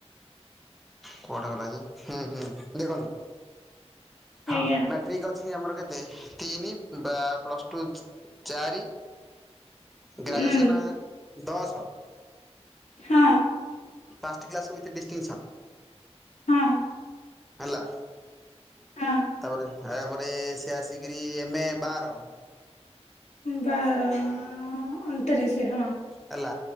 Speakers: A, in the centre; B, on the left.
A: କୁଆଡ଼େ ଗଲା ଯେ ହୁଁ ହୁଁ ଦେଖନ୍ତୁ ହଁ
B: ଆଜ୍ଞା
A: ମେଟ୍ ଠିକ ଅଛି ଆମର କେତେ ତିନି ବା ପ୍ଲସ ଟୁ ଚା ଚାରି।
B: ଉଁ
A: ଗ୍ରାଜୁଏସନା ଦଶ।
B: ହଁ।
A: ପାଞ କ୍ଲାସ ଉୱଥ ଡିଷ୍ଟିଂସନ
B: ହଁ।
A: ହେଲା
B: ହଁ
A: ତାପରେ ତାପରେ ସେ ଆସିକିରି ଏମେ ବାର।
B: ବାର ଅଣତିରିଶୀ ହଁ।
A: ହେଲା।